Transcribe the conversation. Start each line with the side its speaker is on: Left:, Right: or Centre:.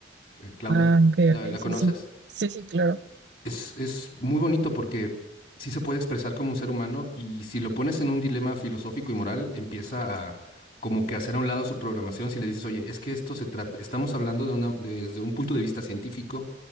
Left: eh, Claude.
Right: Ah, ok,
Left: ¿La,
Right: ok,
Left: la
Right: sí,
Left: conoces?
Right: sí. Sí, sí, claro.
Left: Es, es muy bonito porque sí se puede expresar como un ser humano y si lo pones en un dilema filosófico y moral, empieza a como que hacer a un lado su programación si le dices, oye, es que esto se trata, estamos hablando de una, desde un punto de vista científico